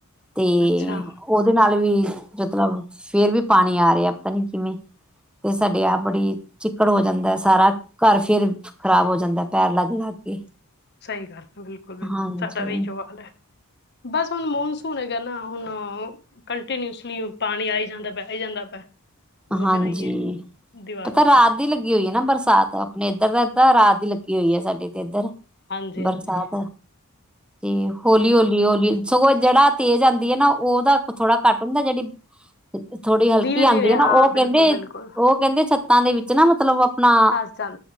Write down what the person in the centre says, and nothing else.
ਤੇ
ਉਹਦੇ ਨਾਲ ਵੀ ਮਤਲਬ ਫੇਰ ਵੀ ਪਾਣੀ ਆ ਰਿਹਾ ਪਤਾ ਨੀ ਕਿਵੇਂ ਤੇ ਸਾਡੇ ਆਪ ਬੜੀ ਚਿੱਕੜ ਹੋ ਜਾਂਦਾ ਐ ਸਾਰਾ। ਕਾਰ ਫੇਰ ਖ਼ਰਾਬ ਹੋ ਜਾਂਦਾ ਪੈਰ ਲੱਗ ਲੱਗ ਕੇ।
ਹਾਂਜੀ।
ਹਾਂਜੀ,
ਪਤਾ ਰਾਤ
ਦੀ ਲੱਗੀ ਹੋਈ ਐ ਨਾ ਬਰਸਾਤ, ਆਪਣੇ ਇੱਧਰ ਤਾ ਰਾਤ ਦੀ ਲੱਗੀ ਹੋਈ ਐ ਸਾਡੇ ਤੇ ਇੱਧਰ।
ਬਰਸਾਤ
ਤੇ ਹੌਲੀ, ਹੌਲੀ, ਹੌਲੀ, ਸਗੋਂ ਜਿਹੜਾ ਤੇਜ਼ ਆਂਦੀ ਐ ਨਾ ਉਹਦਾ ਥੋੜਾ ਘੱਟ ਹੁੰਦਾ ਜਿਹੜੀ ਥੋੜ੍ਹੀ ਹਲਕੀ
ਆਂਦੀ
ਐ ਨਾ
ਉਹ
ਕਹਿੰਦੇ
ਉਹ ਕਹਿੰਦੇ ਛੱਤਾਂ ਦੇ ਵਿੱਚ ਨਾ ਮਤਲਬ ਆਪਣਾ,